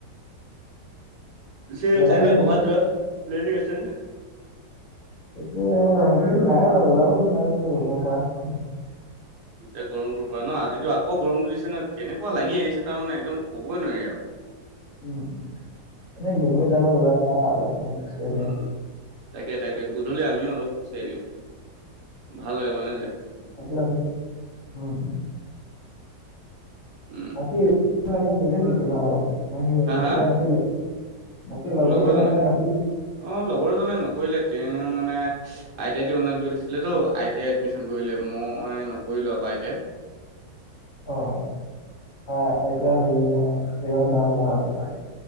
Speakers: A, on the right; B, on the left.
A: পিছে
B: লগৰ
A: কাইলে
B: কেইটা
A: কৰ'বাত যোৱা প্লেনিক আছে নে,
B: পিছে সেনেকেতো নাই বাৰু ওলাব নোলাব বা ৰুমৰ পৰা, <inaudible>
A: এই গৰমটোৰ পৰা ন আজিতো আকৌ গৰমটো দিছে ন কেনেকুৱা লাগি আহিছে তাৰ মানে একদম ক'বই নোৱাৰি আৰু
B: উম্ এনেই গধূলি টাইমত ওলাই যাওঁ আৰু অলপ চলপ খোজ কাঢ়িব
A: উম,
B: কাৰণে
A: তাকে তাকে গধূলি আমিও অলপ খোজকাঢ়ি দিওঁ ভাল লাগে মানে যে
B: আপন আনিম উম
A: উম্
B: ৰাতি নেকি তোমাৰ লগত মানে সি
A: হা হা
B: এপ্লাই নকৰিলে বাকী
A: লগৰজনে
B: এপ্লাই নকৰিলে
A: অ লগৰজনে নকৰিলে তেওঁ মানে আই টি আই টো অনলাইন কৰি দিছিলে তো আই টি আই এডমিশন কৰিলে মই নকৰিলো আকৌ আই টি আই
B: অ এতিয়া হেৰি মানে যাওঁ যাওঁ হৈছে তাৰ